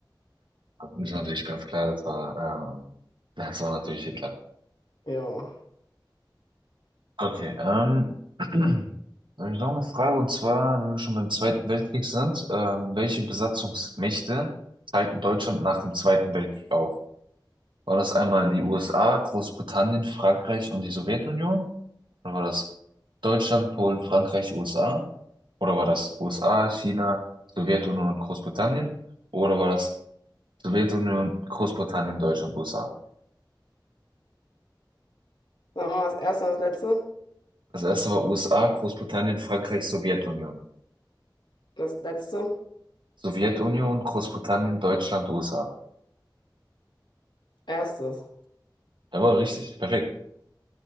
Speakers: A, on the right (about 75°); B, on the left (about 70°).
A: Das ist natürlich ganz klar, das war, ähm, das war natürlich Hitler.
B: Jo.
A: Okay, ähm, <clears throat> da habe ich noch eine Frage und zwar, wenn wir schon beim Zweiten Weltkrieg sind, ähm, welche Besatzungsmächte teilten Deutschland nach dem Zweiten Weltkrieg auf? War das einmal die USA, Großbritannien, Frankreich und die Sowjetunion? Oder war das Deutschland, Polen, Frankreich, USA? Oder war das USA, China, Sowjetunion und Großbritannien? Oder war das Sowjetunion, Großbritannien, Deutschland, USA?
B: Sagen wir mal das erste und das letzte?
A: Das erste war USA, Großbritannien, Frankreich, Sowjetunion.
B: Das letzte?
A: Sowjetunion, Großbritannien, Deutschland, USA.
B: Erstes.
A: Jawohl, richtig. Perfekt.